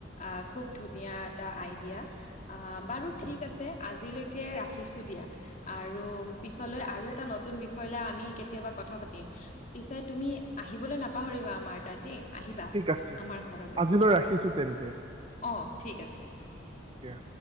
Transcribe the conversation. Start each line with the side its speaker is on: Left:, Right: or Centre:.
Left: আহ খুব ধুনীয়া এটা আইদিয়া আ বাৰু ঠিক আছে আজিলৈকে ৰাখিছো দিয়া আৰু পিছ- পিচলৈ আৰু এটা নতুন বিষয়লৈ আমি কেতিয়াবা কথা পাতিম পিছে তুমি আহিবলৈ নাপ- পাহৰিবা আমাৰ তাত দেই। আহিবা
Right: ঠিক আছে
Left: আমাৰ ঘৰলৈ
Right: আজিলৈ ৰাখিছো তেন্তে
Left: অ ঠিক আছে।
Right: কেতিয়া